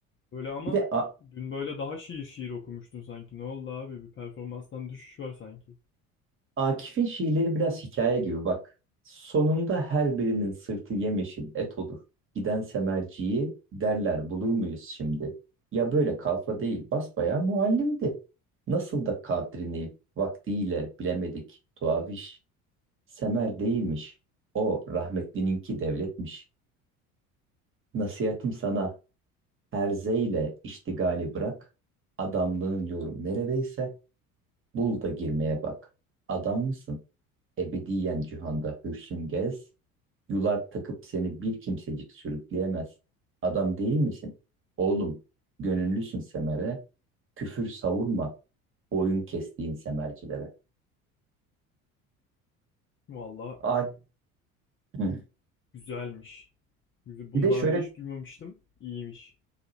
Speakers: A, on the left; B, on the right.
A: Böyle ama
B: Bir de a-
A: dün böyle daha şiir şiir okumuştun sanki. Ne oldu abi? Bir performanstan düşüş var sanki.
B: Akif'in şiirleri biraz hikaye gibi bak. Sonunda her birinin sırtı yemyeşil et olur. Giden semerciyi derler bulur muyuz şimdi? Ya böyle kalfa değil basbayağı muallimdi. Nasıl da kadrini vaktiyle bilemedik tuaviş. Semer değilmiş. O rahmetlininki devletmiş. Nasihatım sana herzeyle iştigali bırak. Adamlığın yolu neredeyse bul da girmeye bak. Adam mısın? Ebediyen cihanda hürsün gez, yular takıp seni bir kimsecik sürükleyemez. Adam değil misin? Oğlum, gönüllüsün semere, küfür savurma, boyun kestiğin semercilere.
A: Valla
B: A- Hı.
A: güzelmiş. Güzel. Bunu
B: bir de
A: daha
B: şöyle
A: önce hiç duymamıştım. İyiymiş.